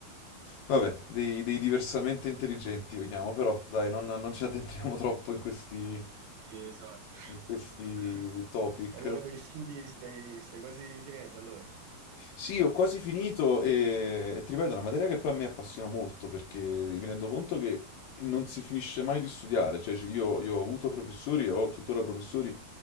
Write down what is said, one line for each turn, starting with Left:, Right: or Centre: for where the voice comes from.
Left: Vabbè, dei, dei diversamente intelligenti, lo chiamo, però dai, non, non ci addentriamo <laughs> troppo in questi,
Right: Sì, esatto.
Left: in questi
Right: <laughs>
Left: topic.
Right: E allora con gli studi stai, stai quasi finendo, allora?
Left: Sì, ho quasi finito e, e ti ripeto, è una materia che poi a me appassiona molto perché mi rendo conto che non si finisce mai di studiare, cioè ci- io, io ho avuto professori e ho tuttora professori